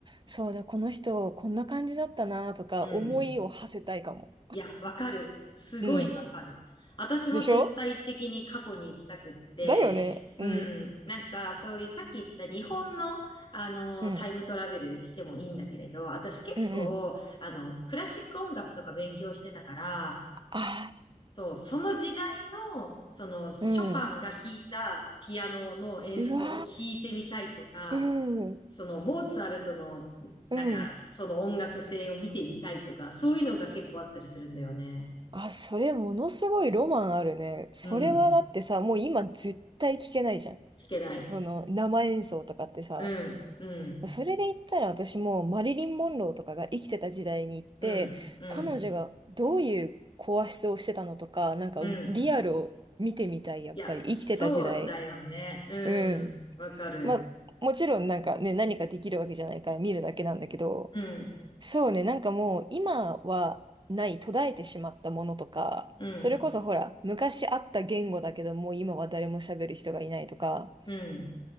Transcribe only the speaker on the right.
そうだ、この人こんな感じだったなとか思いを馳せたいかも。
うん。
でしょだよね。
うん。
うん。
うんうん。
ああ、
うん。うわーうん。
うん。
あ、それものすごいロマンあるね。それはだってさ、
もう今絶対聞けないじゃん。
その生演奏とかってさ。
それで言ったら私もうマリリン・モンローとかが生きてた時代に行って、
彼女がどういう声質をしてたのとか、なんかリアルを見てみたい、
やっぱり生きてた時代。
うん。
まあ、もちろんなんかね、何かできるわけじゃないから見るだけなんだけど、
そうね、なんかもう今はない途絶えてしまったものとか、
それこそほら、昔あった言語だけどもう今は誰も喋る人がいないとか、